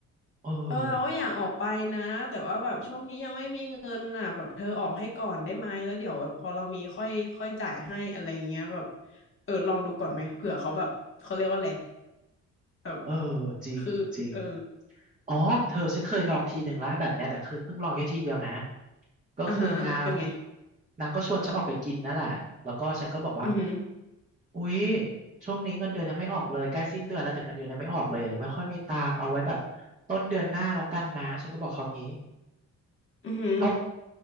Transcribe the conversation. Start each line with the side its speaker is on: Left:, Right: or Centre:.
Right: เออ
Left: เออเราก็อยากออกไปนะแต่ว่าแบบช่วงนี้ยังไม่มีเงินอ่ะแบบเธอออกให้ก่อนได้ไหมแล้วเดี๋ยวแบบพอเรามีค่อยค่อยจ่ายให้อะไรเงี้ยแบบเออลองดูก่อนไหมเผื่อเขาแบบเขาเรียกว่าอะไรแบบ
Right: เออจริงจริง
Left: คือเออ
Right: อ๋อเธอฉันเคยลองทีหนึ่งแล้วแบบเนี้ยแต่คือเพิ่งลองแค่ทีเดียวนะก็คือนาง
Left: อ่าฮะเป็นไง
Right: นางก็ชวนฉันออกไปกินนั่นแหละแล้วก็ฉันก็บอกว่า
Left: อือหือ
Right: อุ๊ยช่วงนี้เงินเดือนยังไม่ออกเลยใกล้สิ้นเดือนแล้วแต่เงินเดือนยังไม่ออกเลยยังไม่ค่อยมีตังค์เอาไว้แบบต้นเดือนหน้าแล้วกันนะฉันก็บอกเขางี้
Left: อือหือ
Right: เขาอืม